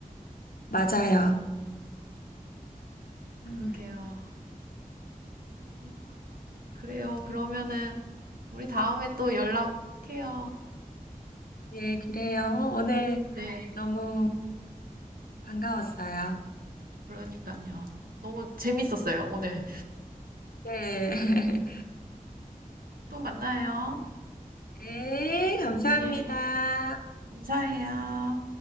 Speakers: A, on the left (about 85°); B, on the right (about 90°).
A: 맞아요.
B: 그러게요.
A: 음,
B: 아이고, 그래요. 그러면은, 우리 다음에 또 연락해요.
A: 네, 그래요. 어, 오늘
B: 네,
A: 너무 반가웠어요.
B: 그러니까요. 너무 재밌었어요, 오늘.
A: 네. <laughs>
B: 또 만나요.
A: 네, 감사합니다.
B: 예, 감사해요.